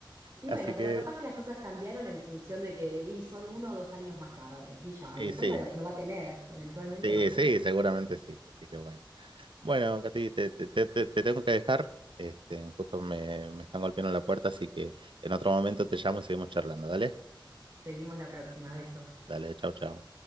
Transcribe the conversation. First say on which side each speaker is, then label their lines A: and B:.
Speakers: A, on the right; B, on the right.
A: Y
B: así
A: bueno, pero
B: que,
A: capaz que las cosas cambiaron en función de que y son uno o dos años más tarde, y ya,
B: y
A: y después
B: sí,
A: va- lo, lo va a tener, eventualmente
B: sí,
A: va a llegar.
B: sí, seguramente sí. Así que bueno. Bueno, Katy, te, te- te- te- te tengo que dejar. Este, justo me, me están golpeando la puerta, así que en otro momento te llamo y seguimos charlando. Dale,
A: Seguimos la próxima, beso.
B: dale, chau, chau.